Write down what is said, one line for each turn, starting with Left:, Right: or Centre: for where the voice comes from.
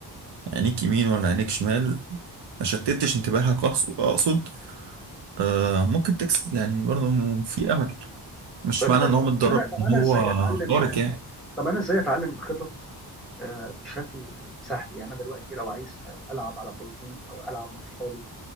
Right: عينيك يمين ولا عينيك شمال ما شتتش انتباهك أقص- اقصد آه ممكن تكسب يعني برضو في امل مش
Centre: طب
Right: معنى
Centre: انا
Right: ان هو متدرب
Centre: طب انا طب
Right: ان
Centre: انا
Right: هو
Centre: ازاي اتعلم
Right: خارق يعني
Centre: طب انا ازاي اتعلم خطط آه، بشكل سهل يعني انا دلوقتي لو عايز آه، العب على تطبيق او العب مع اصحابي